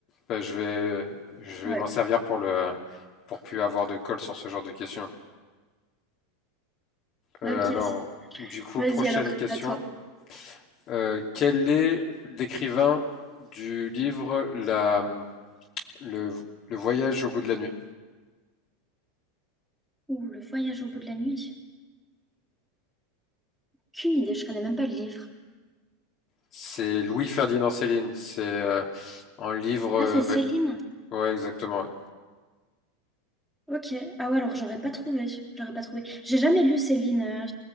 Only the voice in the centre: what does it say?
Ouais,
ok.
Vas-y
alors,
à toi.
Ouh, le voyage au bout de la nuit. Aucune idée, je connais même pas le livre.
Ah, c'est Céline.
Ok. Ah ouais, alors j'aurais pas trouvé. J'aurais pas trouvé. J'ai jamais lu Céline. euh,